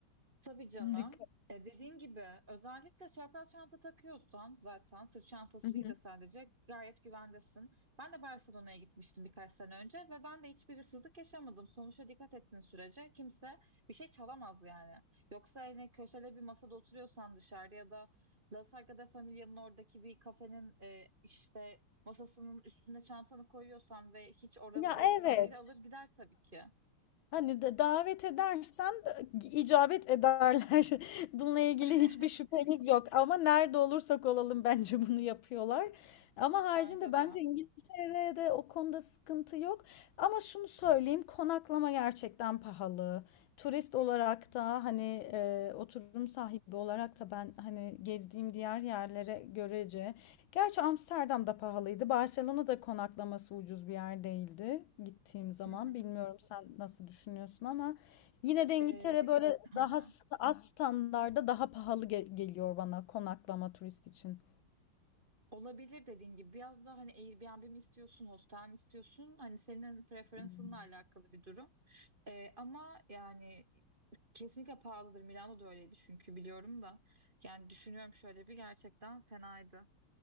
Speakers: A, on the right; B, on the left.
A: Tabii canım.
B: <laughs> dikkat.
A: E, dediğin gibi özellikle çapraz çanta takıyorsan zaten sırt çantası
B: Hı hı.
A: değil de sadece gayet güvendesin. Ben de Barcelona'ya gitmiştim birkaç sene önce ve ben de hiçbir hırsızlık yaşamadım. Sonuçta dikkat ettiğin sürece kimse bir şey çalamaz yani. Yoksa hani köşede bir masada oturuyorsan dışarıda ya da La Sagrada Familia'nın oradaki bir kafenin e, işte masasının üstüne çantanı koyuyorsan ve hiç oralı
B: Ya
A: değilsen
B: evet.
A: biri alır gider tabii ki.
B: Hani de davet edersen e, icabet ederler. <laughs> Bununla ilgili
A: <laughs>
B: hiçbir şüphemiz yok ama nerede olursak olalım bence bunu yapıyorlar. Ama haricinde
A: Bence
B: bence
A: de.
B: İngiltere'de o konuda sıkıntı yok. Ama şunu söyleyeyim, konaklama gerçekten pahalı. Turist olarak da hani e, oturum sahibi olarak da ben hani gezdiğim diğer yerlere görece Gerçi Amsterdam da pahalıydı. Barcelona'da konaklaması ucuz bir yer değildi gittiğim zaman.
A: Hı hı.
B: Bilmiyorum sen nasıl düşünüyorsun ama yine de İngiltere
A: Ee,
B: böyle
A: hı
B: daha
A: hı.
B: st-
A: <laughs>
B: az standarda daha pahalı ge- geliyor bana konaklama turist için.
A: olabilir dediğin gibi biraz daha hani Airbnb mi istiyorsun, hostel mi istiyorsun? Hani senin preferansınla
B: Hmm.
A: alakalı bir durum. Ee, ama yani kesinlikle pahalıdır. Milano da öyleydi çünkü biliyorum da. Yani düşünüyorum şöyle bir gerçekten fenaydı.